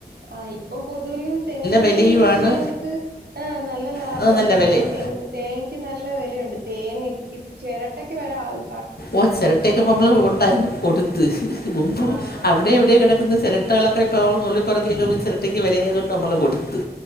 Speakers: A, on the right (about 70°); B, on the left (about 70°).
A: ആഹ് ഇപ്പം പൊതുവിലും തെങ്ങ് കൃഷി
B: വിലയുമാണ്
A: ചെയ്യുന്നവർക്ക് ആഹ് നല്ല ലാഭവാണ്
B: അത് നല്ല
A: കാരണം
B: വിലയും
A: തെങ്ങ് തേങ്ങക്ക് നല്ല വെലയുണ്ട് തേങ്ങക്ക് ചെരട്ടക്ക് വരെ ആള്
B: ഓഹ് ചെരട്ടയൊക്കെ ഇപ്പ നമ്മള് ഒണ്ടായിരുന്നത് കൊടുത്ത് മുമ്പ്
A: ആ
B: അവിടെ ഇവിടെ കെട കിട്ടുന്ന ചെരട്ടകളൊക്കെ ഇപ്പോ നമ്മള് നുള്ളിപ്പറിക്കിയൊക്കെ പോയി ചെരട്ടക്ക് വെല ആയത്കൊണ്ട് നമ്മള് കൊടുത്ത്.